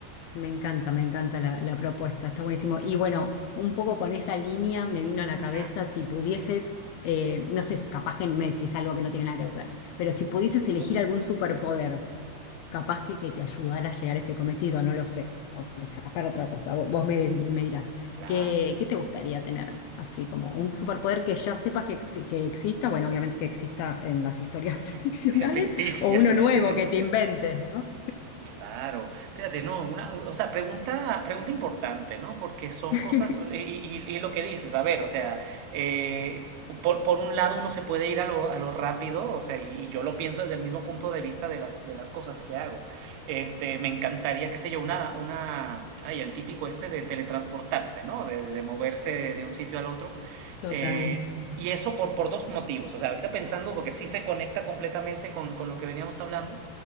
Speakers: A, on the left; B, on the right.
A: Me encanta, me encanta la, la propuesta,
B: Es,
A: está buenísimo. Y bueno, un poco con esa línea me vino a la
B: ajá,
A: cabeza si pudieses, eh, no sé, capaz que me decís algo que no tiene nada que ver, pero si pudieses elegir
B: es-
A: algún superpoder, capaz que, que te ayudara a llegar a ese cometido, no lo sé, o quizás para otra cosa, vos, vos me, me dirás,
B: claro,
A: ¿qué, qué te gustaría tener? Así como un superpoder que ya sepas que, exi- que exista, bueno, obviamente que exista en las historias <laughs> ficcionales,
B: <laughs> ficticias,
A: o uno
B: así
A: nuevo
B: es.
A: que te inventes, ¿no?
B: Claro, fíjate, no, una, o sea, pregunta, pregunta importante, ¿no? Porque son
A: <laughs>
B: cosas, eh, y, y- y lo que dices, a ver, o sea, eh, por, por un lado uno se puede ir a lo, a lo rápido, o sea, y, y yo lo pienso desde el mismo punto de vista de las, de las cosas que hago. Este, me encantaría, qué sé yo, una, una, ay, el típico este de teletransportarse, ¿no? De, de moverse de un sitio al otro.
A: Total,
B: eh, y eso por, por dos motivos, o sea, ahorita pensando, porque sí se conecta completamente con, con lo que veníamos hablando.